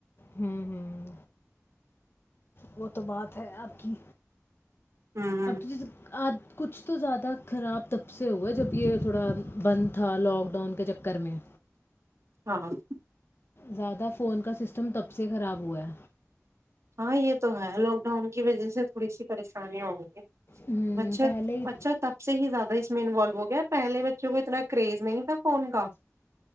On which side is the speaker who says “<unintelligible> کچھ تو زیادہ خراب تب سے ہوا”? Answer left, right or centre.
Left